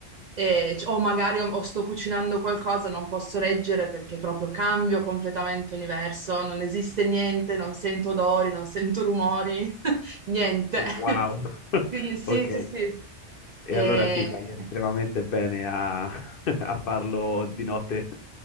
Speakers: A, on the right; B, on the left.
A: e- o magari ho- o sto cucinando qualcosa, non posso leggere perché proprio cambio completamente universo, non esiste niente, non sento odori, non sento rumori, <laughs> niente.
B: Wow,
A: <laughs>
B: <laughs>
A: Quindi sì, sì,
B: ok.
A: sì.
B: E
A: E-
B: allora sì, fai estremamente bene a, <laughs> a farlo di notte.